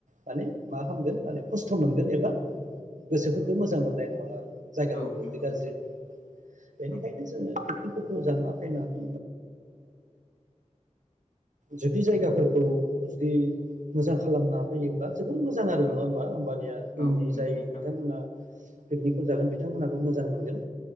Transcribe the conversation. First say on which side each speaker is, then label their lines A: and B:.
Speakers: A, on the right; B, on the left.
A: माने मा खालामगोन माने खस्थ मोनगोन एबा गोसोफोरखौ मोजां मोननाय नंङा आरो। जायगाफोरखौ
B: औ नंगौ
A: जुदि गाज्रि
B: नोंथां
A: नुयोब्ला बेनिखायनो
B: औ
A: जोंङो। फोरखौ जाना फैनानै जुदि जायगाफोरखौ जुदि मोजां खालामना फैयोब्ला जोबोर मोजां आरो
B: औ
A: नंङा होमबा होमबानिया
B: औ
A: उननि
B: नंगौ
A: जाय
B: नोंथां
A: बिथांमोना पिकनिकखौ जागोन बिथांमोनाबो मोजां मोनगोन